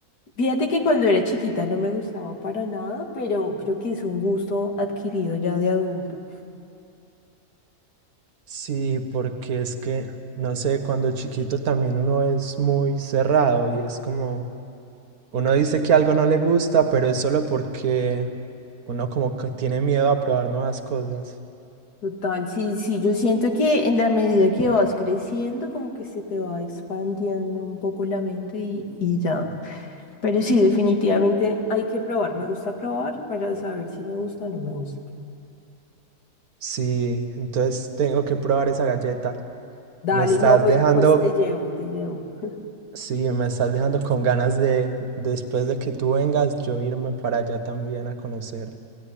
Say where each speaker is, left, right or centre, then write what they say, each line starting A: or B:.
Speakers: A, on the left (about 90°); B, on the right (about 70°).
A: Fíjate que cuando era chiquita no me gustaba para nada, pero creo que es un gusto adquirido ya de adulta.
B: sí, porque es que, no sé, cuando chiquito también uno es muy cerrado y es como, uno dice que algo no le gusta, pero es solo porque uno como que tiene miedo a probar nuevas cosas.
A: Total, sí, sí, yo siento que en la medida que vas creciendo, como que se te va expandiendo un poco la mente y, y ya. Pero sí, definitivamente hay que probar. Me gusta probar para saber si me gusta o no me gusta.
B: Sí, entonces tengo que probar esa galleta.
A: Dale,
B: Me estás
A: no, pues,
B: dejando
A: pues te llevo, te llevo.
B: Sí, me estás dejando con ganas de, después de que tú vengas, yo irme para allá también a conocer.